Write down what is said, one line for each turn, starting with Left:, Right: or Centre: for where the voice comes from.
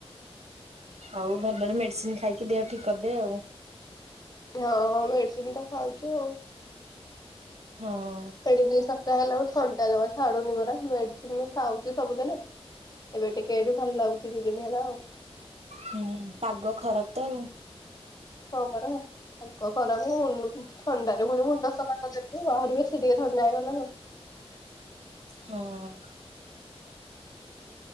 Right: ଆଉ ଭଲରେ ମେଡିସିନ ଖାଇକି ଦେହ ଠିକ କରିଦେ ଆଉ।
Left: ଦେହ ହଁ ମେଡିସିନ ତ ଖାଉଚି ଆଉ।
Right: ହଁ।
Left: ସେଠି ଦି ସପ୍ତାହ ହେଲା ମୁଁ ଥଣ୍ଡା ଜମା ଛାଡୁନି ପରା ମେଡିସିନ ଖାଉଚି ସବୁଦିନେ। ଏବେ ଟିକେ ଏଇଠୁ ଭଲ ଲାଗୁଚି ଦି ଦିନ ହେଲା ଆଉ।
Right: ହୁଁ। ପାଗ ଖରାପ ତ ଆଉ।
Left: ହଁ ପରା। ପାଗ ଖରାପ କୁ <unintelligible> ଥଣ୍ଡାରେ ପୁଣି ମୁଣ୍ଡ ସଫା କରିଦେଲି ଆହୁରି ବେଶୀ ଟିକେ ଥଣ୍ଡା ହେଇଗଲା ଆଉ।
Right: ହଁ।